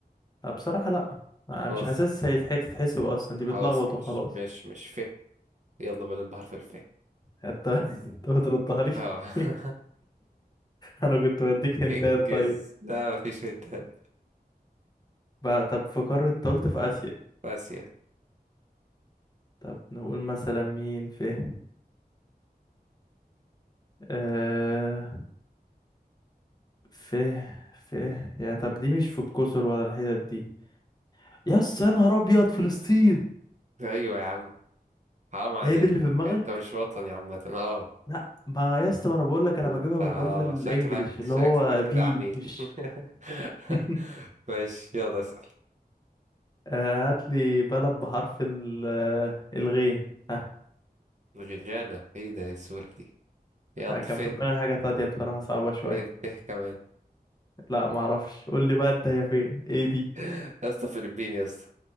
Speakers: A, on the left (about 25°); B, on the right (about 45°).
A: آه، بصراحة لا آه،
B: خلاص
A: مش حاسس هيتحسب اصلا دي بتلخبط
B: خلاص مش
A: وخلاص
B: مش مش فيه يلا بلد بحرف الف
A: انت انت بتردها لي <laughs>
B: اه <laughs>
A: انا كنت بديك هنتات
B: انجز
A: طيب
B: ده مفيش هنتات
A: بقى طب في قارة تالت في اسيا
B: اسيا
A: طب نقول مثلا مين في آه في في يا طب دي مش في الجزر ولا الحتت دي يا اسطى يا نهار ابيض فلسطين
B: ايوه يا عم حرام عليك
A: هي دي اللي في دماغك
B: انت مش وطني عامة اه
A: لا ما يا اسطى ما انا بقول لك انا بجيبها
B: أنت-
A: بالحروف
B: اه
A: الانجليش
B: شكلك
A: اللي
B: شكلك
A: هو بي
B: كده عميل
A: مش
B: <laughs>
A: <laughs>
B: ماشي يلا اسأل
A: آه، هات لي بلد بحرف ال- آه، الغين ها
B: الغرغانة ايه ده إيه السهولة دي يلا
A: آه، كان
B: فه
A: في دماغي حاجة تانية بصراحة صعبة شوية
B: ليه فه كمان
A: لا ما اعرفش قول لي بقى انت هي فين ايه دي
B: <laughs> يا اسطى فلبين يا اسطى